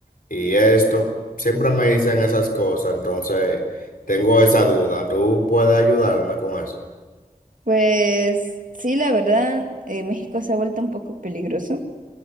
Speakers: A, on the left; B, on the right.
A: y esto. Siempre me dicen esas cosas, entonces tengo esa duda. ¿Tú puedes ayudarme con eso?
B: Pues sí, la verdad, eh, México se ha vuelto un poco peligroso.